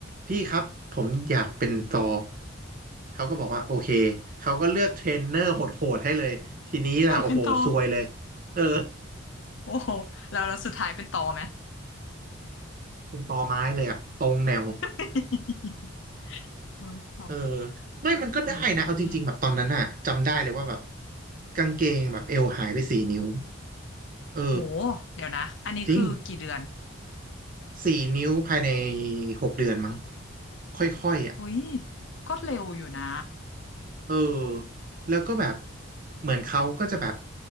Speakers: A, on the right (about 40°); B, on the left (about 65°).
A: พี่ครับผมอยากเป็นซอเขาก็บอกว่าโอเคเขาก็เลือกเทรนเนอร์โหดๆให้เลยทีนี้ล่ะโอ้โหซวยเลย
B: <laughs> อยากเป็นต่อ
A: เออ
B: โอ้โหแล้วแล้วสุดท้ายเป็นต่อไหม
A: เป็นตอไม้เลยอะตรงแนว
B: <laughs> โอ้ยขำ
A: เออไม่มันก็ได้นะเอาจริงๆแบบตอนนั้นอะจำได้เลยว่าแบบ
B: อืม
A: กางเกงแบบเอวหายไปสี่นิ้วเออ
B: โหเดี๋ยวนะอันนี้คือกี่เดือน
A: จริงสี่นิ้วภายในหกเดือนมั้งค่อยๆอ่ะ
B: เฮ้ยก็เร็วอยู่นะ
A: เออแล้วก็แบบเหมือนเขาก็จะแบบ